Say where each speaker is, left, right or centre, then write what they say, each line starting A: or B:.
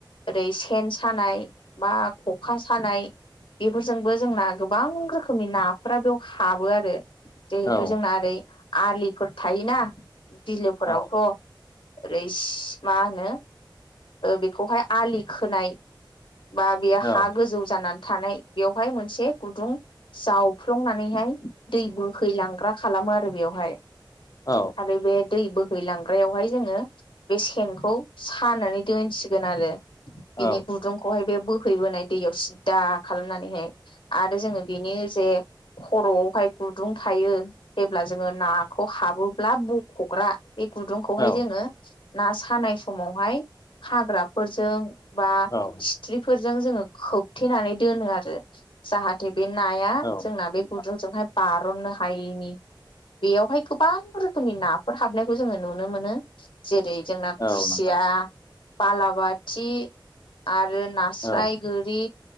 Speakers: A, on the left; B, on the left.
A: ओरै सेन सानाय बा ख'खा सानाय बेफोरजोंबो जोंना गोबां रोखोमनि ना फोरा बेयाव हाबो आरो जिहेथु
B: औ
A: जोंना ओरै आलिफोर थायोना बिलोफोरावथ'
B: औ
A: ओरै मा होनो बेखौहाय आलि खोनाय बा बेयो
B: औ
A: हा गोजौ जानानै थानाय बेवहाय मोनसे गुदुं जाव फ्लंनानैहाय दै बोहैलांग्रा खालामो आरो बेवहाय
B: औ
A: आरो बे दै बो हैैलांग्रायावहाय जोङो बे सेनखौ सानानै दोनसिगोन आरो। बिनि
B: औ
A: गुदुंखौहाय बे बोहैबोनाय दैयाव सिदा खालामनानैहाय। आरो जोङो बेनि जे खर'आवहाय गुदुं थायो जेब्ला जोङो नाखौ हाबोब्ला बख'ग्रा बे गुदुंखौहाय
B: औ
A: जोङो ना सानाय समावहाय हाग्राफोरजों बा
B: औ
A: सिथ्रिफोरजों जोङो खोबथेनानै दोनो आरो जाहाथे बे नाया
B: औ
A: जोंना बे
B: नोंथां
A: गुदुंजोंहाय बारननो हायिनि बेयावहाय गोबां रोखोमनि नाफोर हाब बनायखौ जोङो नुनो मोनो जेरै जोंना
B: औ
A: खुसिया
B: नोंथां
A: बालाबाथि आरो नास्राय
B: औ
A: गोरि